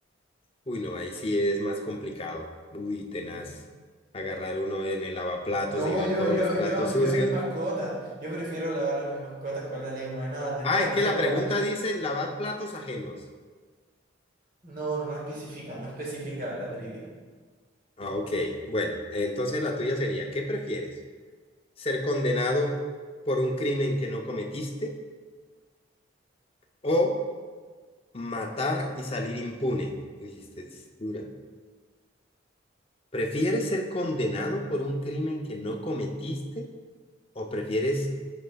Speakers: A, on the left; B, on the right.
A: Uy, no, ahí sí es más complicado. Uy, tenaz.
B: Eh,
A: Agarrar uno en el lavaplatos
B: No,
A: y ver
B: yo,
A: todos
B: yo,
A: los platos
B: yo, yo
A: sucios.
B: mis mascotas. Yo prefiero lavar a mis mascotas con la lengua y nada, tendrá
A: Ah, es
B: que
A: que
B: ser
A: la
B: como.
A: pregunta dice lavar platos ajenos.
B: No, no, no especifica, no especifica la trivia.
A: Ah, ok. Bueno, entonces la tuya sería, ¿qué prefieres? ¿Ser condenado por un crimen que no cometiste o matar y salir impune? Uy, esta es dura. ¿Prefieres ser condenado por un crimen que no cometiste o prefieres